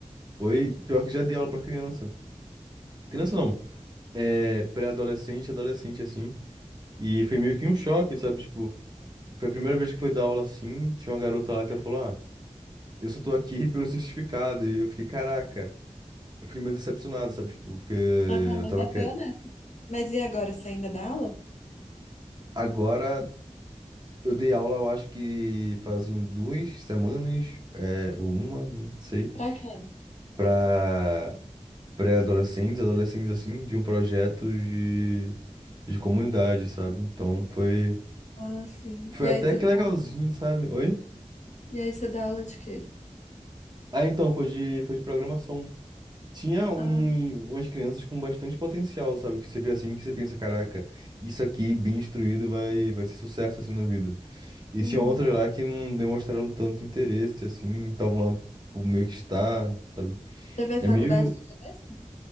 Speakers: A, on the right; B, on the left.
A: oi, pior que já dei aula pra criança. Criança não. é, pré-adolescente, adolescente, assim. E foi meio que um choque, sabe? Tipo, foi a primeira vez que foi dar aula assim. Tinha uma garota lá que ela falou: Ah, eu só tô aqui <laughs> pelo certificado. E eu fiquei, caraca. Eu fiquei meio decepcionado, sabe? Tipo, porque
B: Ah, pelo menos
A: eu tava
B: ela
A: querendo.
B: foi honesta. Mas e agora, você ainda dá aula?
A: Agora, eu dei aula, eu acho que fazem duas semanas, é, ou uma, não sei,
B: Pra quem?
A: pra pré-adolescentes, adolescentes, assim, de um projeto de, de comunidade, sabe? Então foi.
B: Ah, sim.
A: Foi
B: E
A: até
B: aí você
A: que
B: dá,
A: legalzinho, sabe? Oi?
B: e aí você dá aula de quê?
A: Ah, então, foi de, foi de programação. Tinha um,
B: Ah,
A: umas crianças com bastante potencial, sabe? Que você vê assim, que você pensa, caraca, isso aqui, bem instruído, vai, vai ser sucesso, assim, na vida. E
B: uhum.
A: tinha outras lá que não demonstraram tanto interesse, assim, estavam lá por meio que estar, sabe?
B: Você fez
A: É
B: faculdade
A: meio...
B: de quê mesmo?